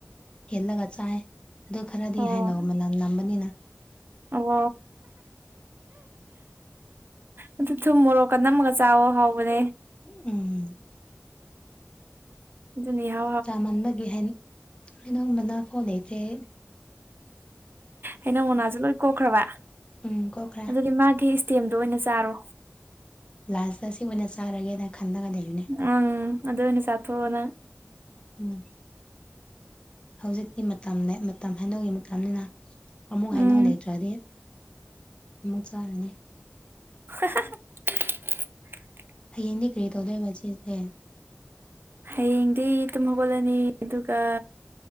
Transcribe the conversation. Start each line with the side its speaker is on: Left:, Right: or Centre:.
Left: ꯍꯦꯜꯂꯒ ꯆꯥꯏ ꯑꯗꯨ ꯈꯔꯗꯤ
Right: ꯑꯣ
Left: ꯍꯥꯏꯩꯅ ꯃꯅꯝ ꯅꯝꯕꯅꯤꯅ
Right: ꯑꯣ ꯑꯗꯨ ꯊꯨꯝ ꯃꯣꯔꯣꯛꯀ ꯅꯝꯃꯒ ꯆꯥꯑꯣ ꯍꯥꯎꯕꯅꯦ
Left: ꯎꯝ
Right: ꯑꯗꯨ ꯅꯤꯍꯥ
Left: ꯆꯥꯃꯟꯕꯒꯤ ꯍꯦꯟ ꯍꯩꯅꯧ ꯃꯅꯥ ꯐꯥꯎ ꯂꯩꯇꯔ꯭ꯦ
Right: ꯍꯩꯅꯧ ꯃꯥꯅꯥꯁꯨ ꯂꯣꯏ ꯀꯣꯛꯈ꯭ꯔꯕ
Left: ꯎꯝ ꯀꯣꯛꯈ꯭ꯔꯦ
Right: ꯑꯗꯨꯗꯤ ꯃꯥꯒꯤ ꯇꯦꯝꯗꯣ ꯑꯣꯏꯅ ꯆꯥꯔꯣ
Left: ꯂꯥꯁꯇ ꯁꯤ ꯑꯣꯏꯅ ꯆꯥꯔꯒꯦꯅ ꯈꯜꯂꯒ ꯂꯩꯕꯥꯅꯦ
Right: ꯎꯝ ꯑꯗꯨ ꯑꯣꯏꯅꯥ ꯆꯊꯣꯛꯑꯣ ꯅꯪ
Left: ꯎꯝ ꯍꯧꯖꯤꯛꯇꯤ ꯃꯇꯝꯅꯦ ꯃꯇꯝ ꯍꯩꯅꯧꯒꯤ ꯃꯇꯝꯅꯤꯅ ꯑꯃꯨꯛ ꯍꯩꯅꯧ
Right: ꯎꯝ
Left: ꯂꯩꯇ꯭ꯔꯗꯤ ꯑꯃꯨꯛ ꯆꯥꯔꯅꯤ
Right: <inaudible>
Left: ꯍꯌꯦꯡꯗꯤ ꯀꯔꯤ ꯇꯧꯗꯣꯏꯕ ꯆꯦꯁꯦ
Right: ꯍꯌꯦꯡꯗꯤ ꯇꯨꯝ ꯍꯧꯒꯠꯂꯅꯤ ꯑꯗꯨꯒ